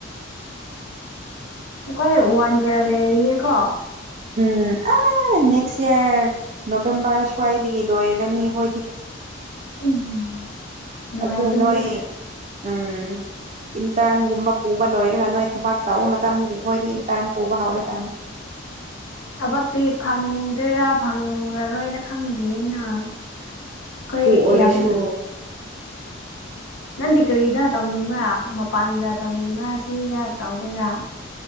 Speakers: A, on the left; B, on the right.
A: ꯃꯈꯣꯏ ꯋꯥꯟ ꯏꯌꯥꯔ ꯂꯩꯔꯤꯌꯦ ꯀꯣ
B: ꯎꯝ ꯑꯥ ꯑ ꯅꯦꯛꯁ ꯏꯌꯥꯔ ꯅꯣꯕꯦꯝꯕꯔ ꯁ꯭ꯋꯥꯏꯗꯒꯤ ꯂꯣꯏꯔꯅꯤ ꯍꯣꯏꯗꯤ
A: ꯎꯝ ꯅꯨꯡꯉꯥꯏꯇꯦꯍꯦ
B: ꯑꯗꯨ ꯅꯣꯏ ꯎꯝ ꯏꯟꯇꯔꯟꯒꯨꯝꯕ ꯄꯨꯕ ꯂꯣꯏꯔꯒ ꯅꯣꯏ ꯊꯕꯛ ꯇꯧꯕ ꯃꯇꯝꯒꯤ ꯑꯩꯈꯣꯏꯗꯤ ꯏꯟꯇꯔꯟ ꯄꯨꯕ ꯍꯧꯔꯗꯕꯅꯤ <inaudible>
A: ꯊꯕꯛꯇꯤ ꯐꯪꯗꯣꯏꯔꯥ ꯐꯪꯉꯔꯣꯏꯔ ꯈꯪꯗ꯭ꯔꯤꯅ ꯑꯩꯈꯣꯏ
B: ꯑꯗꯨ ꯑꯣꯏꯔꯁꯨ
A: ꯌꯥꯝꯅ ꯅꯪꯗꯤ ꯀꯔꯤꯗ ꯇꯧꯅꯤꯡꯕ꯭ꯔꯥ ꯃꯄꯥꯟꯗ ꯇꯧꯅꯤꯡꯕ꯭ꯔꯥ ꯁꯤꯗ ꯇꯧꯗꯣꯏꯔꯥ